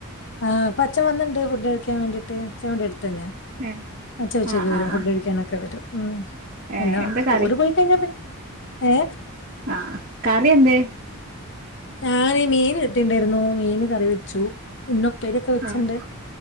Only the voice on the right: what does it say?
ഏഹ്
ആഹ്
ആഹ്
ആഹ്
ഏഹ്
എന്താ കറി
ആഹ് കറി എന്തേ?
ഏഹ്